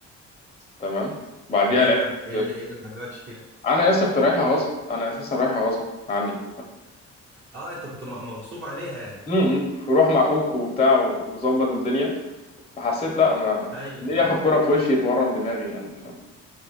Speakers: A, on the left; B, on the right.
A: تمام بعديها
B: ليه
A: لعبت
B: بقى ايه اللي ايه اللي ما عجبكش فيها
A: انا يا اسطى كنت رايحها غصب انا اساسا رايحها غصب عني
B: اه انت كنت م- مغصوب عليها يعني
A: امم وروح مع اخوك وبتاع وظبط الدنيا فحسيت لا ما
B: ايوه
A: ليه
B: فهمت
A: ياخد كرة في وشي يتورم دماغي يعني فاهم